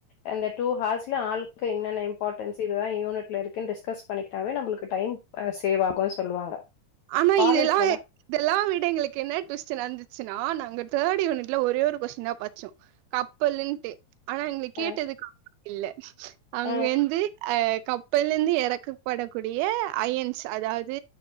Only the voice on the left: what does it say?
அ இந்த டூ ஹார்ஸ்ல ஆளுக்கு என்னென்ன இம்பார்ட்ன்ஸ் இதுதா யூனிட்ல இருக்குன் டிஸ்கஸ் பண்ணிக்கிட்டாவே நம்பளுக்கு டைம் ஆ சேவ் ஆகு சொல்லுவாங்க
காலேஜ்லலாம்
அ,
அ.